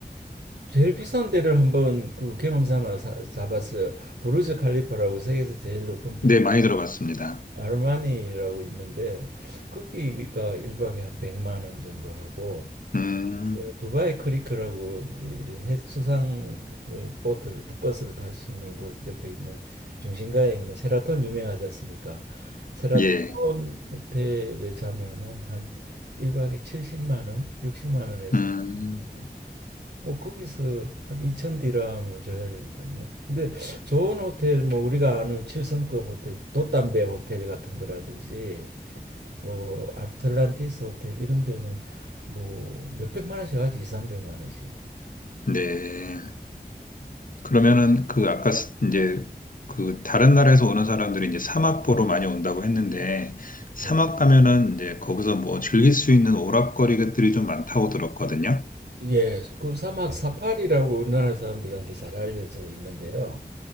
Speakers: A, on the right (about 80°); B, on the left (about 55°).
A: 제일 비싼 데를 한번 그 경험 삼아 사- 잡았어요. 부르즈 칼리파라고 세계에서 제일 높은 빌
B: 네, 많이 들어봤습니다.
A: 아르마니라고 있는데 거기가 일박에한 100만 원 정도 하고
B: 음,
A: 어, 두바이 크리크라고 이제 이런 해- 수상 어, 보트를 타- 버스를 탈 수 있는 곳 옆에 있는 중심가에 있는 셰라톤 유명하지 않습니까? 셰라톤
B: 예,
A: 호텔에 자면은 한 1박에 70만 원, 60만 원에서
B: 음,
A: 자면 뭐 거기서 한 2천 디람을 줘야 되니까요. 근데 좋은 호텔 뭐 우리가 아는 7성급 호텔, 돛담배 호텔 같은 거라든지 뭐 아틀란티스 호텔 이런 데는 뭐 몇백만 원씩 하지, 이삼백만 원씩.
B: 네. 그러면은 그 아까 스- 이제 그 다른 나라에서 오는 사람들이 이제 사막 보러 많이 온다고 했는데 사막
A: 네.
B: 가면은 이제 거기서 뭐 즐길 수 있는 오락거리들이 좀 많다고 들었거든요.
A: 예, 그 사막 사파리라고 우리나라 사람들한테 잘 알려져 있는데요.